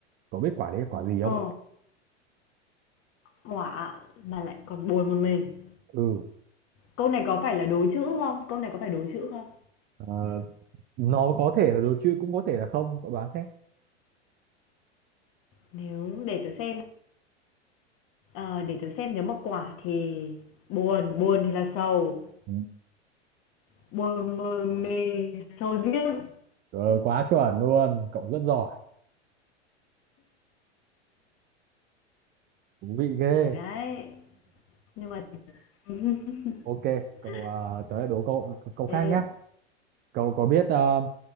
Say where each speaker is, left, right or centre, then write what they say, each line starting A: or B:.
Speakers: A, on the right; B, on the left.
A: có biết quả đấy là quả gì
B: Ờ,
A: không
B: quả mà lại còn buồn một mình.
A: ừ
B: Câu này có phải là đố chữ không? Câu này có phải đố chữ không?
A: ờ, nó có thể là đồ chơi cũng có thể là không cậu đoán xem
B: Nếu để tớ xem, ờ, để tớ xem nếu mà quả thì buồn, buồn thì là sầu,
A: Ừ.
B: buồn một mình sầu riêng.
A: Rồi, quá chuẩn luôn, cậu rất giỏi. thú vị ghê
B: Ừ, đấy, nhưng mà <laughs>
A: ok cậu ờ, tớ lại đố cậu câu
B: Thế,
A: khác nhé cậu có biết ờ,